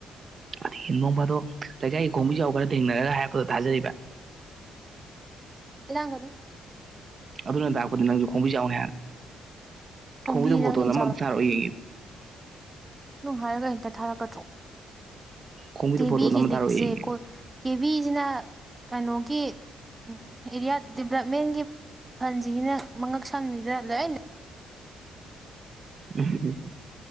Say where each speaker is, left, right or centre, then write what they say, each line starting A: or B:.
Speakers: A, on the right; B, on the right.
A: ꯑꯗꯒꯤ ꯅꯣꯡ ꯐꯥꯗꯣꯜ ꯂꯩꯀꯥꯏꯒꯤ ꯈꯣꯕꯤ ꯖꯥꯎ ꯈꯔ ꯊꯦꯡꯅꯔꯒ ꯍꯥꯏꯕꯗꯣ ꯊꯥꯖꯔꯤꯕ
B: ꯂꯥꯡꯒꯅꯨ
A: ꯑꯗꯨꯅ ꯇꯥꯛꯄꯗꯤ ꯅꯪꯁꯨ ꯈꯣꯡꯕꯤ ꯖꯥꯎꯅꯤ ꯍꯥꯏꯅ
B: ꯈꯣꯡꯕꯤ
A: ꯈꯣꯡꯕꯤꯗꯣ ꯐꯣꯇꯣ
B: ꯅꯪ ꯍꯦꯟꯅ
A: ꯅꯝꯃ ꯑꯃꯇ ꯊꯥꯔꯛꯑꯣ ꯌꯦꯡꯒꯦ
B: ꯅꯪ ꯍꯥꯏꯔꯒ ꯍꯦꯛꯇ ꯊꯥꯔꯛꯀꯗ꯭ꯔꯣ
A: ꯈꯣꯡꯕꯤꯗꯣ
B: ꯀꯦꯕꯤꯒꯤ
A: ꯐꯣꯇꯣ ꯑꯃ
B: ꯂꯤꯛꯁꯦ
A: ꯊꯥꯔꯛꯑꯣ ꯌꯦꯡꯒꯦ
B: ꯀꯣ ꯀꯦꯕꯤꯁꯤꯅ ꯀꯩꯅꯣꯒꯤ ꯎꯝ ꯑꯦꯔꯤꯌꯥ ꯗꯤꯕꯂꯞꯃꯦꯟꯒꯤ ꯐꯟꯁꯤꯒꯤꯅ ꯃꯉꯛ ꯁꯝꯂꯤꯗ ꯂꯣꯏ
A: ꯎꯝ